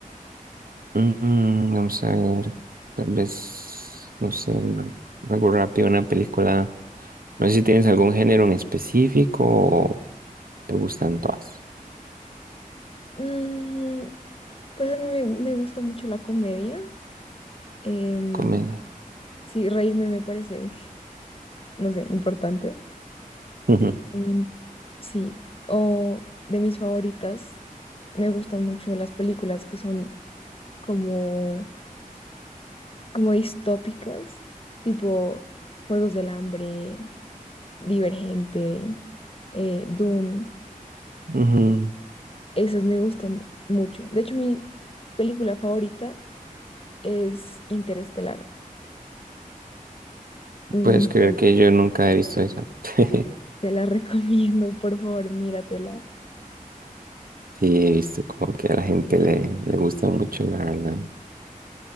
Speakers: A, on the right; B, on the left.
A: Mm, vamos a ver, tal vez, no sé, una- algo rápido, una película. No sé si tienes algún género en específico o te gustan todas.
B: Mm, Pues a mí me, me gusta mucho la comedia. em,
A: Comedia.
B: sí, reírme me parece, <laughs> no sé, importante.
A: Ujú,
B: Em, sí, o de mis favoritas, me gustan mucho las películas que son como, como distópicas, tipo Juegos del Hambre, Divergente, eh, Dune.
A: ujú.
B: Esas me gustan mucho. De hecho, mi película favorita es Interestelar. Mm,
A: Puedes creer
B: <laughs>
A: que yo nunca he visto esa. <laughs>
B: Te la recomiendo, por favor, míratela.
A: Sí, he visto como que a la gente le, le gusta mucho, la verdad.